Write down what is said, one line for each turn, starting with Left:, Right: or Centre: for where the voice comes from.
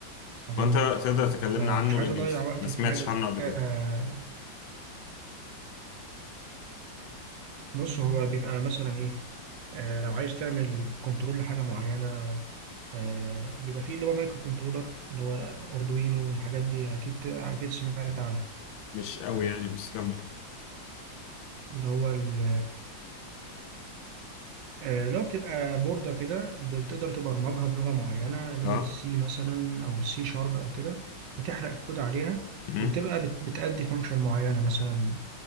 Right: والحاجات
Left: وانت
Right: دي
Left: تقدر تكلمنا
Right: فما
Left: عنه
Right: كنتش عايز
Left: لاني
Right: أضيع
Left: بس
Right: وقتي
Left: ما سمعتش
Right: في حاجة
Left: عنه قبل
Right: آه،
Left: كده
Right: بص هو بيبقى مثلا إيه آه لو عايز تعمل كنترول لحاجة معينة آه بيبقى فيه اللي هو مايكرو كنترولر اللي هو أردوينو والحاجات دي أكيد أكيد سمعت عنها
Left: مش قوي يعني بس كمل
Right: اللي هو ال آه، لو بتبقى بوردة كده ب- بتقدر تبرمجها بلغة معينة لغة
Left: اه
Right: السي مثلا أو السي شارب أو كده وتحرق الكود عليها
Left: امم
Right: وبتبقى بت- بتأدي فانكشن معينة مثلا